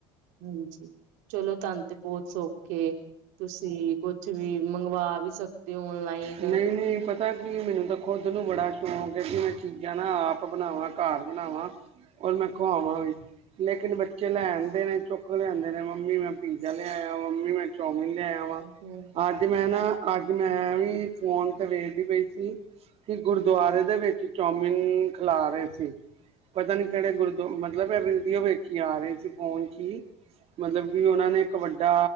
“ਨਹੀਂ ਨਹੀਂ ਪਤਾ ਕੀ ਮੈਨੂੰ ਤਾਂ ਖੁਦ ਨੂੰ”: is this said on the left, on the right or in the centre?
Right